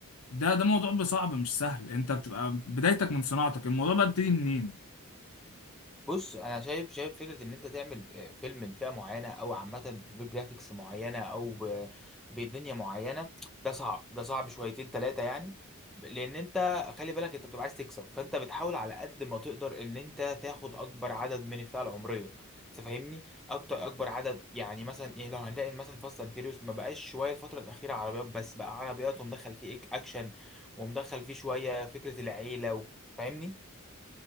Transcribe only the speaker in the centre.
بص انا شايف شايف فكره ان انت تعمل آه، فيلم لفئه معينه او عامه بجرافيكس معينه او ب- بدنيا معينه ده صعب ده صعب شويتين ثلاثه يعني لان انت خلي بالك انت بتبقى عايز تكسب فانت بتحاول على قد ما تقدر ان انت تاخد اكبر عدد من الفئه العمريه انت فاهمني اكتر اكبر عدد يعني مثلا ايه لو هنلاقي مثلا فاست اند فيريوس ما بقاش شويه الفتره الاخيره عربيات بس بقى عربيات ومدخل فيه إك- اكشن ومدخل فيه شويه فكره العيله و- فاهمني